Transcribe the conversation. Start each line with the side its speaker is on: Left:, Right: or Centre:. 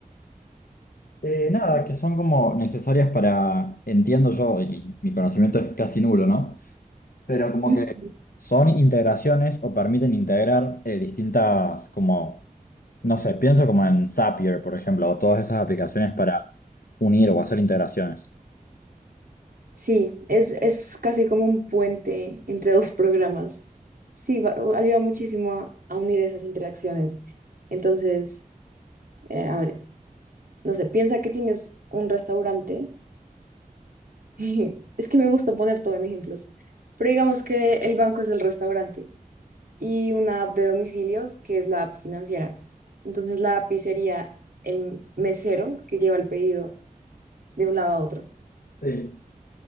Left: Eh, nada, que son como necesarias para, entiendo yo, y mi conocimiento es casi nulo, ¿no? Pero como
Right: Ujú.
Left: que son integraciones o permiten integrar eh, distintas, como, no sé, pienso como en Zapier, por ejemplo, o todas esas aplicaciones para unir o hacer integraciones.
Right: Sí, es, es casi como un puente entre dos programas. Sí, va- ayuda muchísimo a, a unir esas interacciones. Entonces, eh, a ver, no sé, piensa que tienes un restaurante. <laughs> Es que me gusta poner todo en ejemplos. Pero digamos que el banco es el restaurante y una app de domicilios que es la app financiera. Entonces, la app sería el mesero que lleva el pedido de un lado a otro.
Left: Sí,